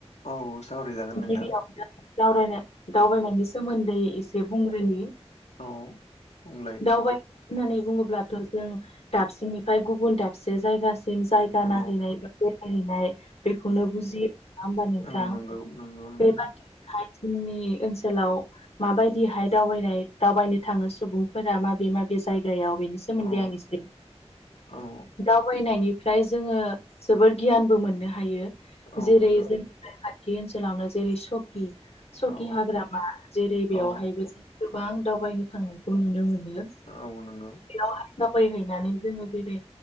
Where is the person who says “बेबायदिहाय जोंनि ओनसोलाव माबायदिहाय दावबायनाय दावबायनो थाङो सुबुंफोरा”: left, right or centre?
Left